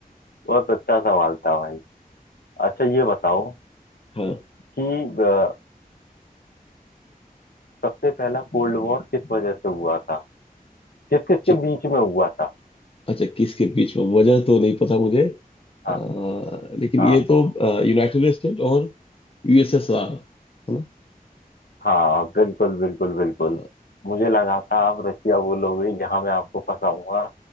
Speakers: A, on the left (about 90°); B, on the left (about 40°).
A: बहुत अच्छा सवाल था भाई अच्छा ये बताओ
B: हाँ
A: कि अ, सबसे पहला कोल्ड वॉर किस वजह से हुआ था किस किस
B: अच्छा
A: के बीच में हुआ था
B: अच्छा किसके बीच में वजह तो नहीं पता मुझे अ,
A: हाँ
B: लेकिन
A: हाँ
B: ये तो यूनाइटेड स्टेट और यूएसएसआर है ना
A: हाँ बिल्कुल बिल्कुल बिल्कुल
B: हाँ,
A: मुझे लगा था आप रशिया बोलोगे जहाँ मैं आपको फंसाऊंगा